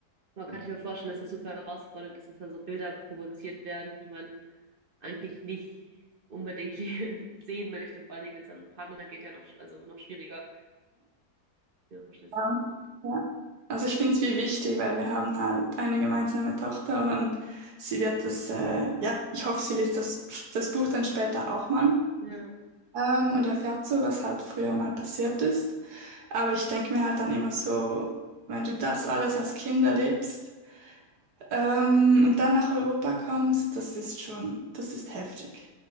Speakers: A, on the right; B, on the right.
A: Man kann sich mir vorstellen, dass das super herausfordernd ist, dass da so Bilder provoziert werden, die man eigentlich nicht unbedingt <laughs> sehen möchte, vor allen Dingen, wenn es an einen Partner geht, ja noch, sch- also noch schwieriger, ihre Verständnisse
B: Ja,
A: ausbilden.
B: ja. Also ich finde es wie wichtig, weil wir haben halt eine gemeinsame Tochter und, und sie wird das, äh, ja, ich hoffe, sie liest das, das Buch dann später auch mal.
A: Ja,
B: Ähm, und erfährt so, was halt früher mal passiert ist. Aber ich denke mir halt dann immer so, wenn du das alles als Kind erlebst, ähm, und dann nach Europa kommst, das ist schon, das ist heftig.